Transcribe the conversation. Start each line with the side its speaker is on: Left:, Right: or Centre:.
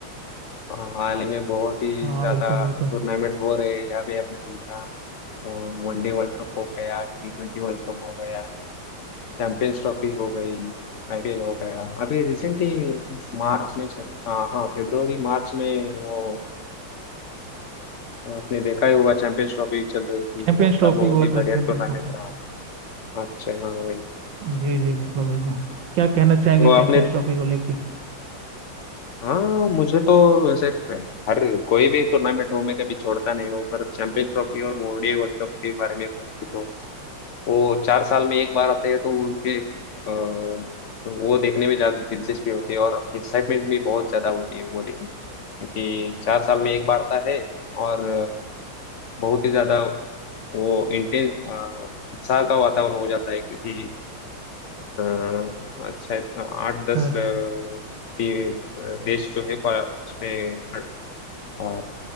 Left: हाँ, हाल ही में बहुत ही
Right: हाँ
Left: ज्यादा
Right: बिल्कुल बिल्कुल
Left: टूर्नामेंट हो रहे हैं अभी आपने देखा वनडे वर्ल्ड कप हो गया टी ट्वेंटी वर्ल्ड कप हो गया चैंपियंस ट्रॉफी हो गई आईपीएल हो गया अभी रिसेंटली इस मार्च में चल हाँ हाँ फरवरी मार्च में वो आपने देखा ही होगा चैंपियंस ट्रॉफी चल रही थी
Right: चैंपियंस
Left: बहुत
Right: ट्रॉफी
Left: क्या बहुत
Right: हुआ
Left: ही
Right: था
Left: बढ़िया
Right: चैंपियंस
Left: टूर्नामेंट
Right: ट्रॉफी
Left: रहा अच्छा हाँ वही
Right: जी जी बिल्कुल बिल्कुल क्या कहना चाहेंगे
Left: तो
Right: चैंपियंस
Left: आपने
Right: ट्रॉफी को लेके
Left: हाँ मुझे तो वैसे हर कोई भी टूर्नामेंट हो मैं कभी छोड़ता नहीं हूँ पर चैंपियंस ट्रॉफी और ओडीआई वर्ल्ड कप के बारे में बातचीत हो वो चार साल में एक बार आते हैं तो उनके अ, वो देखने में ज्यादा दिलचस्पी होती है और एक्साइटमेंट भी बहुत ज्यादा होती है वो देखने में क्योंकि चार साल में एक बार आता है और बहुत ही ज्यादा वो इंटेंस उत्साह का वातावरण हो जाता है क्योंकि हाँ, आज शायद आठ दस
Right: अच्छा
Left: अ, टी- अ, देश जो है क्वा- उसमें अ,